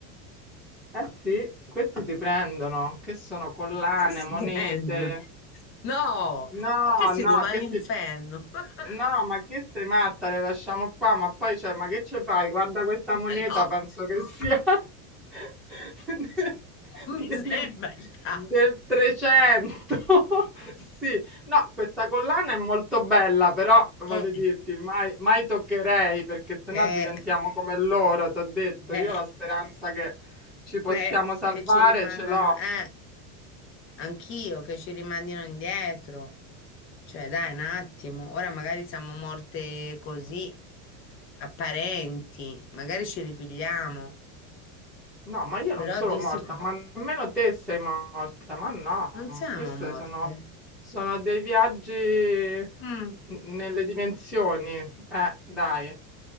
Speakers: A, in the centre; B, on the left (about 30°).
A: Eh sì, questi si prendono, che sono collane,
B: Che si
A: monete.
B: <laughs> prendono? No,
A: No,
B: è che si
A: no,
B: ruba
A: che
B: all'inferno.
A: si...
B: <laughs>
A: No, ma che sei matta, le lasciamo qua, ma poi, cioè, ma che ci fai? Guarda questa
B: Ma
A: moneta,
B: No,
A: penso che sia... <laughs> <laughs>
B: non
A: Dell'im
B: mi sembra il caso.
A: del 300, <laughs> sì. No, questa collana è molto bella, però voglio
B: Eh,
A: dirti, mai, mai toccherei perché sennò
B: eh,
A: diventiamo come loro, t'ho detto.
B: eh,
A: Io la speranza che ci possiamo
B: eh,
A: salvare
B: che ci rimandano,
A: ce l'ho.
B: eh, anch'io che ci rimandino indietro. Cioè, dai, un attimo, ora magari siamo morte così, apparenti, magari ci ripigliamo,
A: No, ma io
B: però
A: non sono
B: di
A: morta,
B: sicuro
A: ma nemmeno te sei morta, ma no,
B: non siamo
A: questi
B: morte.
A: sono, sono dei viaggi n-
B: Mm,
A: nelle dimensioni. Eh, dai,